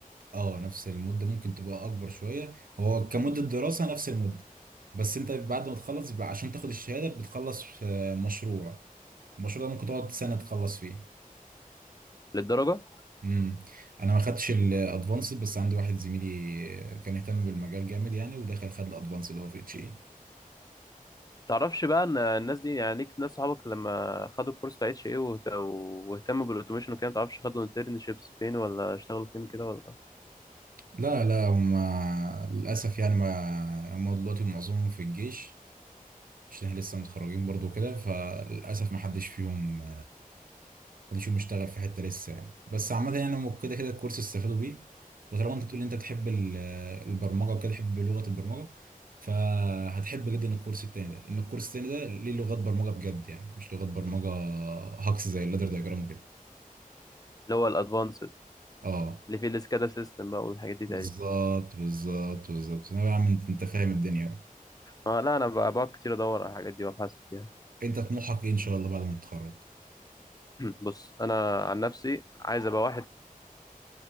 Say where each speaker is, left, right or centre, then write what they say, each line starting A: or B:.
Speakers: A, on the right; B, on the left.
A: اه نفس المدة ممكن تبقى أكبر شوية هو كمدة دراسة نفس المدة بس أنت بعد ما تخلص بقى عشان تاخد الشهادة بتخلص آه، مشروع المشروع ده ممكن تقعد سنة تخلص فيه
B: للدرجه
A: امم أنا ما خدتش الأدفانسد بس عندي واحد زميلي كان اهتم بالمجال جامد يعني ودخل خد الأدفانسد هو في اتش اي
B: تعرفش بقى ان الناس دي يعني ليك ناس صحابك لما خدوا الكورس بتاع اتش ايه وهت- واهتموا بالاوتوميشن وكده ما تعرفش خدوا انترنشيبس فين ولا اشتغلوا فين كده ولا
A: لا لا هم للأسف يعني ما هم دلوقتي معظمهم في الجيش عشان احنا لسه متخرجين برضو كده فللأسف ما حدش فيهم محدش فيهم اشتغل في حته لسه يعني بس عامه يعني هم كده كده الكورس استفادوا بيه وطالما انت بتقول ان انت بتحب ال- البرمجه وكده تحب لغه البرمجه فهتحب جدا الكورس التاني ده ان الكورس التاني ده ليه لغات برمجه بجد يعني مش لغات برمجه هكس زي اللادر دايجرام وكده
B: اللي هو الادفانسد
A: اه
B: اللي فيه السكادا سيستم بقى والحاجات دي تاني
A: بالظبط بالظبط بالظبط انا يا عم انت انت فاهم الدنيا اهو
B: اه لا انا بقى بقعد كتير ادور على الحاجات دي وابحث فيها
A: انت طموحك ايه ان شاء الله بعد ما تتخرج
B: بص انا عن نفسي عايز ابقى واحد